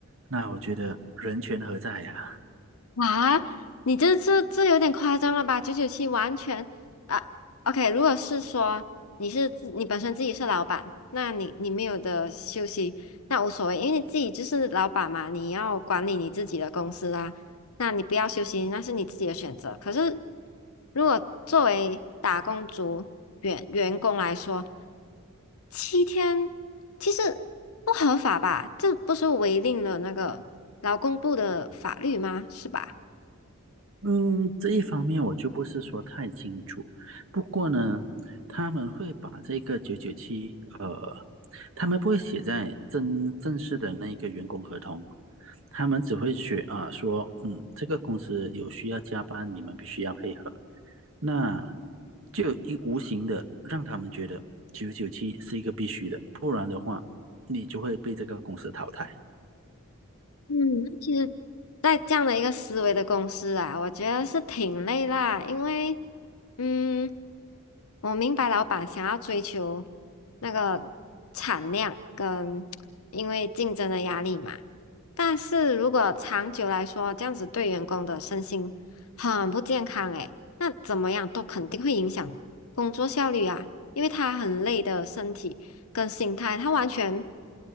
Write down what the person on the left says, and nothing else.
哇，你这这这有点夸张了吧？九九七完全啊，OK，如果是说你是自你本身自己是老板，那你你没有的休息，那无所谓，因为你自己就是老板嘛，你要管理你自己的公司啊，那你不要休息，那是你自己的选择。可是如果作为打工族员员工来说，七天其实不合法吧？这不是违令了那个劳工部的法律吗？是吧？
嗯，那其实，在这样的一个思维的公司啊，我觉得是挺累啦，因为，嗯，我明白老板想要追求那个产量跟因为竞争的压力嘛，但是如果长久来说，这样子对员工的身心很不健康诶，那怎么样都肯定会影响工作效率啊，因为他很累的身体。跟心态，他完全